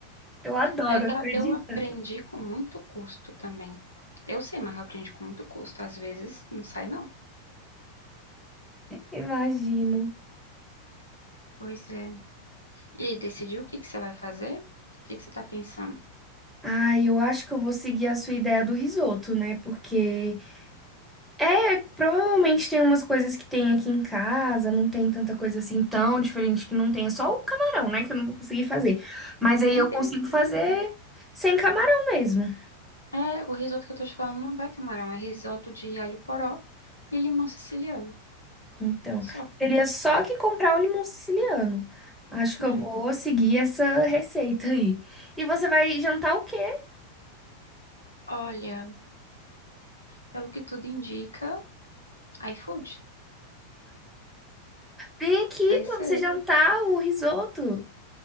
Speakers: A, in the centre; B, on the left.
A: Eu adoro,
B: É, Eu,
A: acredita?
B: eu aprendi com muito custo também. Eu sei, mas eu aprendi com muito custo. Às vezes não sai, não.
A: Imagino.
B: Pois é. E aí, decidiu o que que você vai fazer? O que que você tá pensando?
A: Ah, eu acho que eu vou seguir a sua ideia do risoto, né? Porque é, provavelmente tem umas coisas que tem aqui em casa, não tem tanta coisa assim tão diferente que não tenha, só o camarão, né? Que eu não vou conseguir fazer. Mas aí
B: Nem
A: eu consigo
B: precisa.
A: fazer sem camarão mesmo.
B: É, o risoto que eu tô te falando não vai ter camarão, é risoto de alho poró e limão siciliano.
A: Então,
B: Só.
A: teria só que comprar o limão siciliano. Acho que
B: É.
A: eu vou seguir essa receita aí. E você vai jantar o quê?
B: Olha, pelo que tudo indica, iFood.
A: Vem aqui
B: Vai
A: pra
B: ser.
A: você jantar o risoto.